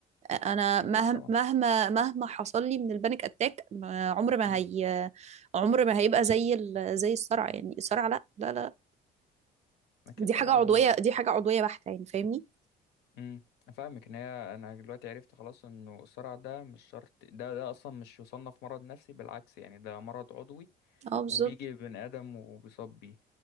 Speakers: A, on the right; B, on the left.
A: انا
B: اكيد
A: مهما
B: طبعا
A: مهما مهما حصل لي من البانيك اتاك ما- عمر ما
B: مم.
A: هي عمر ما هيبقى زي ال... زي الصرع يعني الصرع لا لا لا
B: اكيد
A: دي
B: طبعا
A: حاجة عضوية
B: و...
A: دي حاجة عضوية بحتة يعني فاهمني
B: مم. افهمك ان هي انا دلوقتي عرفت خلاص انه الصرع ده مش شرط ده ده اصلا مش يصنف مرض نفسي بالعكس يعني ده مرض عضوي
A: اه بالظبط
B: وبيجي بني ادم وبيصاب بيه